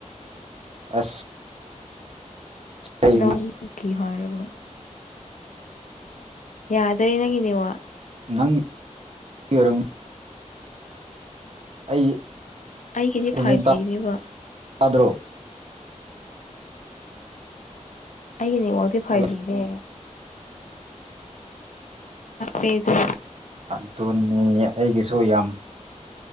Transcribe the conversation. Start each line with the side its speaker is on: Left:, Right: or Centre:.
Right: ꯑꯁ ꯑꯩꯗꯤ
Left: ꯅ ꯀ ꯍꯔꯕꯣ ꯌꯥꯗ꯭ꯔ ꯌꯦꯅꯒꯤꯅꯤ ꯋꯥ
Right: ꯅꯪ ꯑꯣꯏꯔꯝ ꯑꯩꯣꯟꯖꯤ
Left: ꯑꯩꯒꯤꯗꯤ ꯐꯥꯏꯚ ꯖꯤꯅꯦꯕ
Right: ꯇꯥꯗ꯭ꯔꯣ
Left: ꯑꯩꯒꯤꯅꯦ ꯋꯥꯗꯤ ꯐꯥꯏꯚ
Right: ꯑꯗꯣ
Left: ꯖꯤꯅꯦ ꯇꯦꯗ
Right: ꯑꯗꯨꯅꯤ ꯑꯩꯒꯤꯁꯨ ꯌꯥꯝ